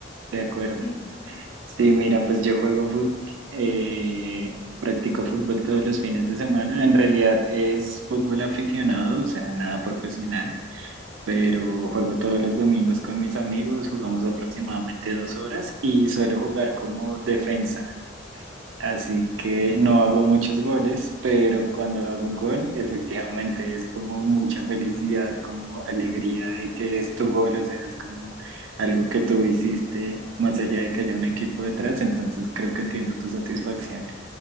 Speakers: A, on the right; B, on the right.
A: de acuerdo.
B: ¿Sí o no?
A: Sí, mira, pues yo juego fútbol, eh, practico fútbol todos los fines de semana. En realidad es fútbol aficionado, o sea, nada profesional. pero juego todos los domingos con mis amigos, jugamos aproximadamente dos horas y suelo jugar como defensa. Así que no hago muchos goles, pero cuando hago un gol, efectivamente es como mucha felicidad, como alegría de que es tu gol, o sea, es como algo que tú hiciste, más allá de que haya un equipo detrás, entonces creo que entiendo tu satisfacción.